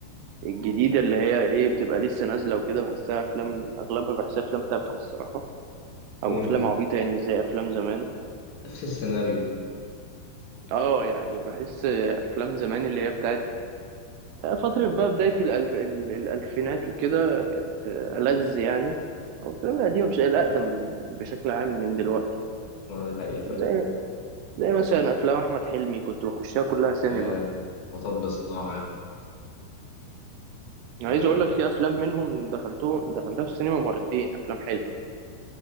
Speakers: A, on the right; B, on the left.
A: الجديده اللي هي ايه بتبقى لسه نازله وكده بحسها افلام اغلبها بحسها افلام تافهه الصراحه او
B: مم،
A: افلام عبيطه يعني مش زي افلام زمان
B: نفس السيناريو
A: اه يعني بحس افلام زمان اللي هي بتاعت فتره بقى بدايه الألف... ال- الالفينات وكده كانت ألذ يعني او الافلام القديمه مش الاقدم بشكل عام من دلوقتي
B: ما دي حقيقة فعلا
A: زي زي مثلا افلام احمد حلمي كنت بخشها كلها سينما
B: آه، مطب صناعي
A: انا
B: آه،
A: عايز اقول لك في افلام منهم دخلته دخلتها في السينما مرتين افلام حلمي